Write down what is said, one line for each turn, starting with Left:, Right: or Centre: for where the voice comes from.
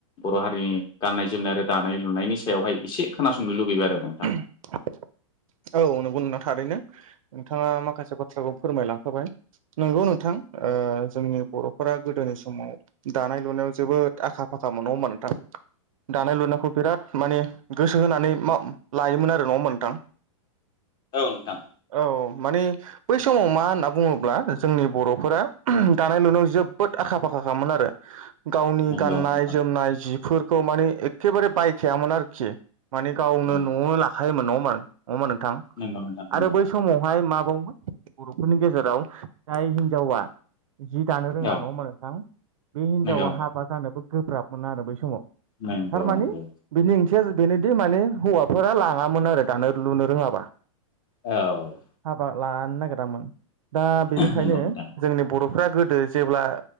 Left: बर' हारिनि गाननाय जोमनाय आरो दानाय लुनायनि सायावहाय एसे खोनासंनो लुगैबाय आरो नोंथां
Right: औ नंगौ नोंथां थारैनो नोंथांङा माखासे बा बाथ्राखौ फोरमायलांखाबाय नंगौ नोंथां जोंनि बर'फोरा गोदोनि समाव दानाय लुनायाव जोबोद आखा फाखा मोनो नंङा होमबा नोंथां दानाय लुनायखौ बिराद माने गोसो होनानै लायोमोन आरो नंङामोन नोंथां
Left: औ नोंथां
Right: औ माने बै समाव मा होनना बुंङोब्ला जोंनि बर'फोरा दानाय लुनायाव जोबोद आखा फाखाखामोन आरो गावनि
Left: नंगौ
Right: गाननाय
Left: नोंथां
Right: जोमनाय जिफोर खौ माने एखेबारे बायखायामोन आरोखि माने गावनो
Left: नंगौ
Right: न'आवनो लाखायोमोन न' मानो नंङा होनबा नोंथां
Left: नंगौ नोंथां
Right: आरो
Left: नंगौ
Right: बै समावहाय माबावोन बर'फोरनि गेजेराव जाय हिनजावा जि दानो रोंङा
Left: औ
Right: नंङा होनबा नोंथां बे हिनजावा
Left: नंगौ
Right: हाबा जानोबो गोब्राबमोन आरो बै समाव
Left: नंगौ
Right: थारमाने
Left: नंगौ
Right: बिनि ओंथिया बेनोदि माने हौवाफोरा लाङामोन आरो दानो लुनो रोंङाबा
Left: औ
Right: हाबा लानो नागिरामोन दा बेनिखायनो
Left: नंगौ नोंथां
Right: जोंनि बर'फ्रा गोदो जेब्ला